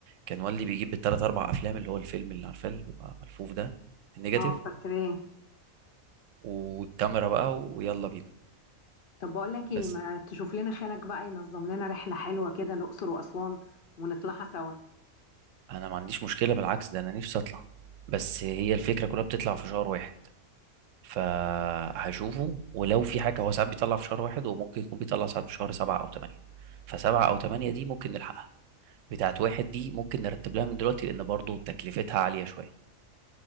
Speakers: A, on the right; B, on the left.
A: كان والدي بيجيب بالتلات اربع افلام اللي هو الفيلم اللي عارفاه اللي بيبقى ملفوف ده النيجاتيف
B: اه فاكراه
A: والكاميرا بقى ويلا بينا
B: طب بقول لك
A: بس
B: ايه ما تشوف لنا خالك بقى ينظم لنا رحلة حلوة كده الأقصر وأسوان ونطلعها سوا
A: انا ما عنديش مشكله بالعكس ده انا نفسي اطلع بس هي الفكره كلها بتطلع في شهر واحد فهشوفه ولو في حاجه هو ساعات بيطلع في شهر واحد وممكن يكون بيطلع ساعات في شهر سبعة او تمانية فسبعة او تمانية دي ممكن نلحقها بتاعت واحد دي ممكن نرتب لها من دلوقتي لان برضو تكلفتها عاليه شويه